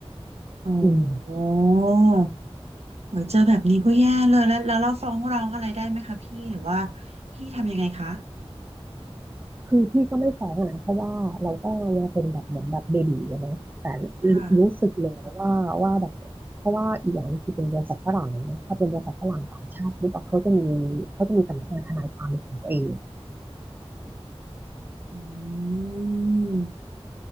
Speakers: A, on the right (about 80°); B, on the right (about 20°).
A: โอ้
B: อืม
A: โหโอ้ยเจอแบบนี้ก็แย่เลยแล้วแล้วเราฟ้องร้องอะไรได้ไหมคะพี่หรือว่าพี่ทำยังไงคะ
B: คือพี่ก็ไม่ท้องอะนะเพราะว่าเราก็ยังเป็นแบบเหมือนแบบเบบี๋อะเนาะแต่
A: ค่ะ
B: รู้สึกเลยว่าว่าแบบเพราะว่าอีกอย่างคือเป็นบริษัทฝรั่งนะถ้าเป็นบริษัทฝรั่งต่างชาติปุ๊บอะเขาจะมีเขาจะมีสำนักงานทนายความเป็นของตัวเอง
A: อืม